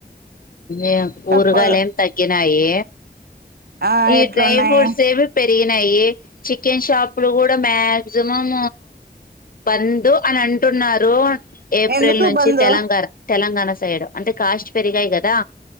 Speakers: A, on the left (about 60°); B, on the right (about 70°).
A: ఊ కూరగాయలు
B: తప్పదు
A: ఏమి తగ్గినాయి
B: ఆ
A: ఈ
B: ఎట్లున్నాయి
A: డ్రై ఫ్రూట్స్ ఏవి పె పోయినాయి చికెన్ షాప్లు కూడా మాక్సిమం బంద్ అని అంటున్నారు ఏప్రిల్
B: ఎందుకు
A: నుంచి
B: బందు
A: తెలంగాణ తెలంగాణ సైడ్ అంటే కాస్ట్ పెరిగాయి కదా